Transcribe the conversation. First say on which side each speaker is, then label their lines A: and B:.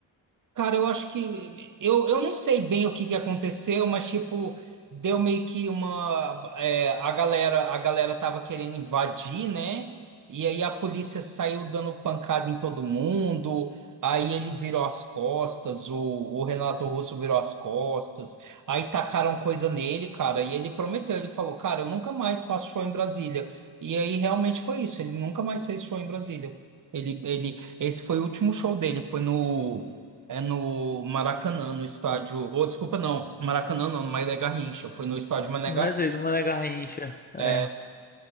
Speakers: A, on the right (about 45°); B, on the left (about 20°).
A: Cara, eu acho que eu, eu não sei bem o que que aconteceu, mas tipo, deu meio que uma é, a galera a galera tava querendo invadir, né? E aí a polícia saiu dando pancada em todo mundo. Aí ele virou as costas, o, o Renato Russo virou as costas. Aí tacaram coisa nele, cara, e ele prometeu, ele falou: "Cara, eu nunca mais faço show em Brasília". E aí realmente foi isso, ele nunca mais fez show em Brasília. Ele, ele, esse foi o último show dele, foi no é no Maracanã, no estádio. Ou, desculpa, não. Maracanã não, no Mané Garrincha. Foi no estádio Mané
B: não,
A: Garrincha.
B: não é Mané Garrincha. É.
A: É,